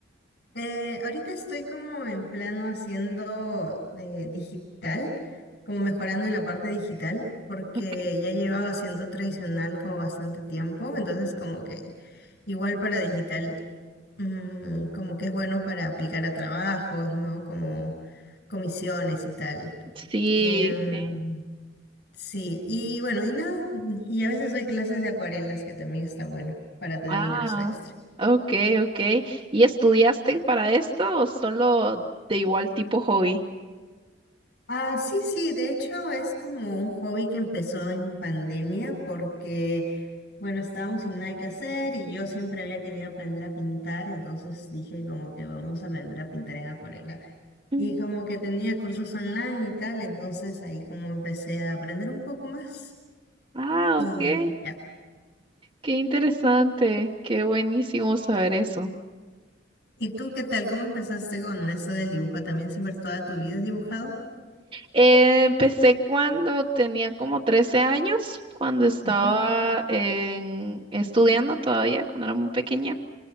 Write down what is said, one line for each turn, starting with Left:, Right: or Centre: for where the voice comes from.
Left: Eh, ahorita estoy como en plano haciendo eh, digital, como mejorando en la parte digital, porque
Right: Okay.
Left: ya llevaba haciendo tradicional como bastante tiempo, entonces como que igual para digital, mm, como que es bueno para aplicar a trabajos, ¿no? Como comisiones y tal.
Right: Sí,
Left: Em,
Right: sí.
Left: sí, y bueno, y nada, y a veces doy clases de acuarelas, que también está bueno para tener
Right: Ah,
Left: un ingreso extra.
Right: ok, ok. ¿Y estudiaste para esto o solo de igual tipo hobby?
Left: Ah, sí, sí, de hecho es como un hobby que empezó en pandemia porque, bueno, estábamos sin nada que hacer y yo siempre había querido aprender a pintar, entonces dije como que vamos a aprender a pintar en acuarela. Y
Right: Mm.
Left: como que tenía cursos online y tal, entonces ahí como empecé a aprender un poco más
Right: Ah,
Left: y
Right: ok.
Left: ya.
Right: Qué interesante, qué buenísimo saber eso.
Left: ¿Y tú qué tal? ¿Cómo empezaste con eso del dibujo? ¿También siempre toda tu vida has dibujado?
Right: Eh, empecé cuando tenía como 13 años, cuando estaba
Left: Ujú,
Right: en- estudiando todavía, cuando era muy pequeña.